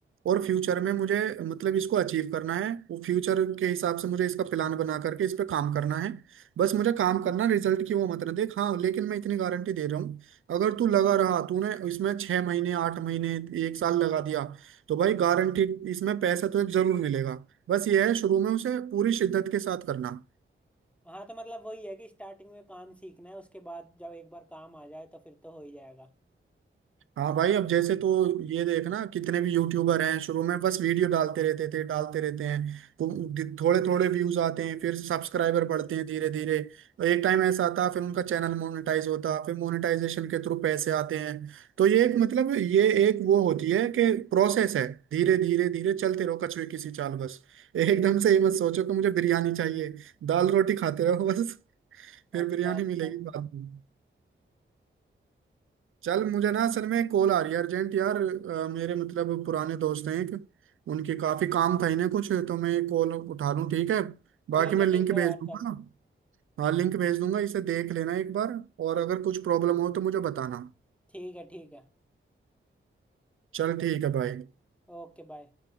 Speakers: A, on the right; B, in the centre.
A: और फ्यूचर में मुझे मतलब इसको अचीव करना है वो फ्यूचर के हिसाब से मुझे इसका प्लान बना करके इस पे काम करना है बस मुझे काम करना रिजल्ट की वो मत ना देख हाँ लेकिन मैं इतनी गारंटी दे रहा हूँ अगर तू लगा रहा तूने इसमें छह महीने आठ महीने एक साल लगा दिया तो भाई गारंटी इसमें पैसा तो जरूर मिलेगा बस ये है शुरू में उसे पूरी शिद्दत के साथ करना
B: हाँ तो मतलब वही है कि स्टार्टिंग में काम सीखना है उसके बाद जब एक बार काम आ जाए तो फिर तो हो ही जाएगा
A: हाँ भाई अब जैसे तो ये देखना कितने भी यूट्यूबर हैं शुरू में बस वीडियो डालते रहते थे डालते रहते हैं तो थोड़े थोड़े व्यूज आते हैं फिर सब्सक्राइबर बढ़ते हैं धीरे धीरे और एक टाइम ऐसा आता फिर उनका चैनल मोनेटाइज होता फिर मोनेटाइजेशन के थ्रू पैसे आते हैं तो ये एक मतलब ये एक वो होती है कि प्रोसेस है धीरे धीरे धीरे चलते रहो कछुए की सी चाल बस एकदम से ये मत सोचो कि मुझे बिरयानी चाहिए दाल रोटी खाते रहो बस फिर
B: अच्छा
A: बिरयानी
B: अच्छा
A: मिलेगी बाद में चल मुझे ना असल में कॉल आ रही है अर्जेंट यार अ, मेरे मतलब पुराने दोस्त हैं एक उनके काफी काम था इन्हें कुछ तो मैं कॉल उठा लूँ ठीक है बाकी
B: ठीक
A: मैं
B: है
A: लिंक
B: ठीक
A: भेज
B: है यार
A: दूंगा
B: चल
A: हाँ लिंक भेज दूंगा इसे देख लेना एक बार और अगर कुछ प्रॉब्लम हो तो मुझे बताना
B: ठीक है ठीक है
A: चल ठीक है भाई
B: Okay bye